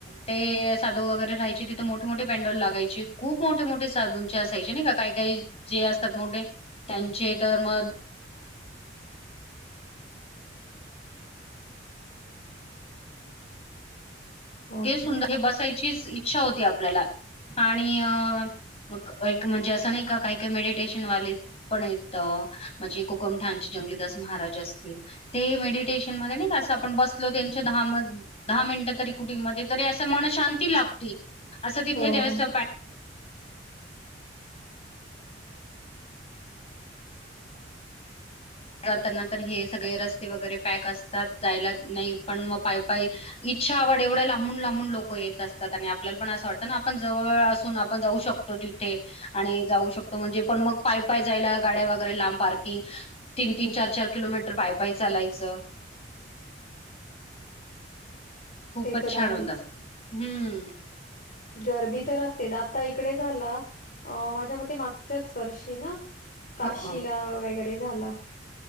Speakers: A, on the left (about 35°); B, on the left (about 50°).
A: ते साधू वगैरे राहायचे तिथे मोठे मोठे बॅण्डल लागायचे. खूप मोठे मोठे साधूंचे असायचे नाही का काही काही जे असतात मोठे त्यांचे तर मग
B: हो
A: किती सुंदर
B: का?
A: हे बसायचीच इच्छा होती आपल्याला आणि अ मग एक म्हणजे असं नाही का काही काही मेडिटेशन वाले, पण आहेत म्हणजे कोकमठाणचे जंगलीदास महाराज असतील, ते मेडिटेशन मध्ये नाही कसं आपण बसलो त्यांच्या दहा म दहा मिनिटं तरी कुकिंग मध्ये तरी अस मन शांती लाभते. असं तिथे
B: हो,
A: ज्यावेळेस
B: हो.
A: पॅट जाताना तर हे सगळे रस्ते वगैरे पॅक असतात. जायला नाही पण मग पाय पाय इच्छा आवड एवढे लांबून लांबून लोक येत असतात. आणि आपल्याला पण असं वाटतं ना. आपण जवळ असून आपण जाऊ शक तो. तिथे आणि जाऊ शकतो. म्हणजे पण मग पाय पाय जायला गाड्या वगैरे, लांब पार्किंग. तीन- तीन, चार -चार किलोमीटर पाय पाय चालायचं.
B: ते
A: खूपच
B: तर
A: छान
B: आहेच.
A: हो. हम्म,
B: गर्दी तर असते. आता इकडे झाल. अ माझ्या मते मागच्याच वर्षी ना. काशीला
A: हो हो
B: वगैरे झाला.